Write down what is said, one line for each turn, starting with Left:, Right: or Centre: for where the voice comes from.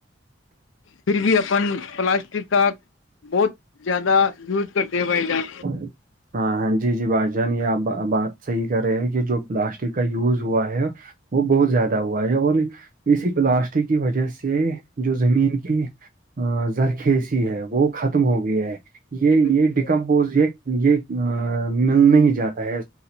Left: پھر بھی اپن پلاسٹک کا بہت زیادہ یوز کرتے ہیں بھائی جان
Right: علیکم ہاں ہاں جی جی بھائی جان یہ آپ بات صحیح کر رہے ہیں کہ جو پلاسٹک کا یوز ہوا ہے وہ بہت زیادہ ہوا ہے اور اسی پلاسٹک کی وجہ سے جو زمین کی زر کھیسی ہے وہ ختم ہو گیا ہے یہ
Left: جی بالکل
Right: یہ ڈیکمپوز
Left: بھائی جان
Right: یہ یہ مل نہیں جاتا ہے